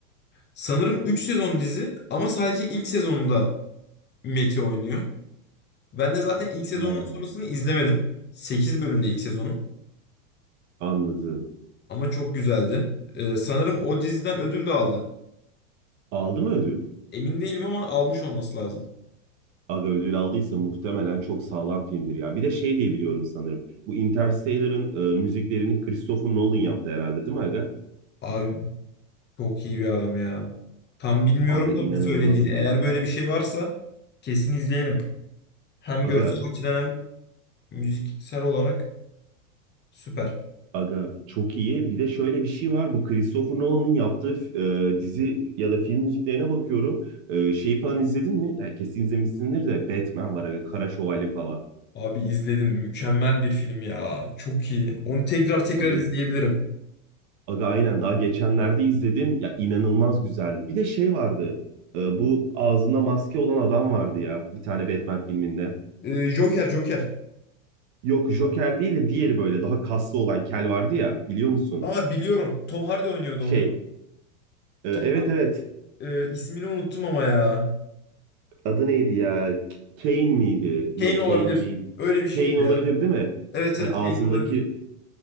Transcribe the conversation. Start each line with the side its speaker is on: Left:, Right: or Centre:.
Left: Sanırım 3 sezon dizi ama sadece ilk sezonunda Meti oynuyor. Ben de zaten ilk sezondan
Right: He.
Left: sonrasını izlemedim. 8 bölümde ilk sezonu.
Right: Anladım.
Left: Ama çok güzeldi. Ee, sanırım o diziden ödül de aldı.
Right: Aldı mı ödül?
Left: Emin değilim ama almış olması lazım.
Right: Aga ödül aldıysa muhtemelen çok sağlam filmdir ya. Bir de şey diye biliyorum sanırım. Bu Interstellar'ın e, müziklerini Christopher Nolan yaptı herhalde değil mi Aga?
Left: Abi çok iyi bir adam ya. Tam bilmiyorum
Right: Aga inanılmaz
Left: da bu söylediğini.
Right: iyi.
Left: Eğer böyle bir şey varsa kesin izleyelim. Hem
Right: Aga
Left: görsel açıdan hem müziksel olarak süper.
Right: Aga çok iyi. Bir de şöyle bir şey var. Bu Christopher Nolan'ın yaptığı e, dizi ya da film müziklerine bakıyorum. E, şeyi falan izledin mi? Yani kesin izlemişsindir de Batman var aga. Kara Şövalye falan.
Left: Abi izledim. Mükemmel bir film ya. Çok iyi. Onu tekrar tekrar
Right: Aga,
Left: izleyebilirim.
Right: aga aynen daha geçenlerde izledim. Ya inanılmaz güzeldi. Bir de şey vardı. e, bu ağzında maske olan adam vardı ya. Bir tane Batman filminde.
Left: Ee, Joker, Joker.
Right: Yok Joker değil de diğeri böyle daha kaslı olan kel vardı ya. Biliyor musun?
Left: Aa biliyorum. Tom Hardy oynuyordu
Right: Şey
Left: onu.
Right: e, evet
Left: Tom
Right: evet.
Left: Ee, ismini unuttum ama ya.
Right: Adı neydi ya? K- Kane miydi? Yok
Left: Kane olabilir.
Right: Kane değil.
Left: Öyle bir şeydi
Right: Kane olabilir
Left: ya.
Right: değil mi?
Left: Evet
Right: Hani
Left: evet
Right: ağzındaki
Left: Kane olabilir.